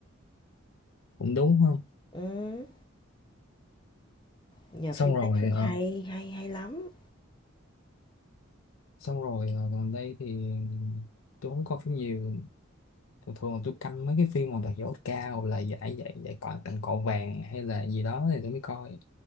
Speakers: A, on the left (about 80°); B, on the left (about 25°).
A: cũng đúng không
B: ừ nhờ
A: xong
B: phim
A: rồi
B: Netflix
A: ờ,
B: hay hay hay lắm
A: xong rồi ờ, gần đây thì tôi không coi phim nhiều thường thường tôi canh mấy cái phim mà đạt giải Oscar hoặc là giải giải giải cọ tặng cọ vàng hay là gì đó thì tôi mới coi